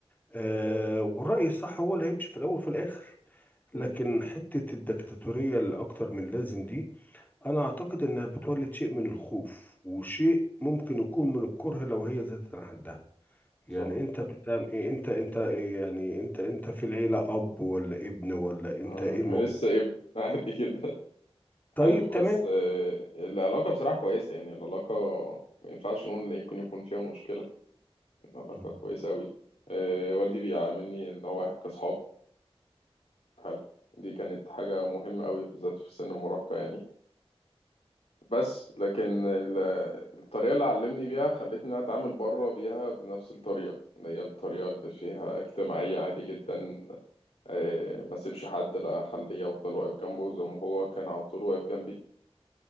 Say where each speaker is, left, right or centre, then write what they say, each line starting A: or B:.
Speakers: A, on the left; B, on the left.
A: أه والرأي الصح هو اللي هيمشي في الأول وفي الآخر
B: مم.
A: لكن حتة الدكتاتورية اللي أكتر من لازم دي أنا أعتقد إنها بتولد شيء من الخوف وشيء ممكن يكون من الكره لو هي زادت عن حدها يعني
B: صح
A: أنت بتعمل إيه أنت أنت إيه يعني أنت أنت في العيلة أب ولا ابن ولا أنت
B: آه،
A: إيه
B: أنا
A: موقف
B: لسه ابن عادي جدا حلو
A: طيب تمام
B: بس آه، العلاقة بصراحة كويسة يعني العلاقة ما ينفعش نقول إن يمكن يكون فيها مشكلة العلاقة
A: تمام
B: كويسة أوي آه، والدي بيعاملني إن هو إحنا كأصحاب حلو دي كانت حاجة مهمة أوي بالذات في سن المراهقة يعني بس لكن ال- الطريقة اللي علمني بيها خلتني إن أنا أتعامل بره بيها بنفس الطريقة اللي هي الطريقة اللي فيها اجتماعية عادي جدا آه، ما سيبش حد لا أخليه أفضل واقف جنبه زي ما هو كان على طول واقف جنبي